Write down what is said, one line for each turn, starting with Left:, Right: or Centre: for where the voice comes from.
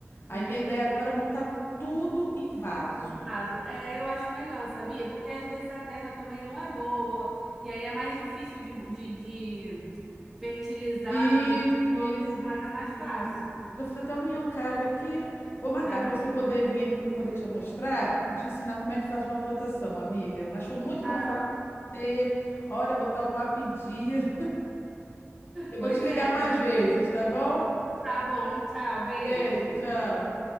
Left: Aí
Centre: entendi.
Left: minha ideia agora é montar tudo em vaso.
Centre: No caso, é, eu acho melhor, sabia? Porque às vezes a terra também não é boa. E aí é mais difícil de, de, de fertilizar
Left: Isso,
Centre: no chão.
Left: isso,
Centre: No vaso
Left: isso,
Centre: é mais
Left: isso.
Centre: fácil.
Left: Já fiz até um minhocário aqui. Vou marcar
Centre: Ai,
Left: para
Centre: meu
Left: você
Centre: Deus.
Left: poder vir aqui para eu poder te mostrar e te ensinar como é que faz uma plantação, amiga. Mas foi muito
Centre: Ah,
Left: bom falar com você. Olha, botar o papo em dia. Eu
Centre: Pois
Left: vou te ligar
Centre: é.
Left: mais
Centre: não.
Left: vezes, tá bom?
Centre: Tá bom. Tchau. Beijo.
Left: Beijo, tchau.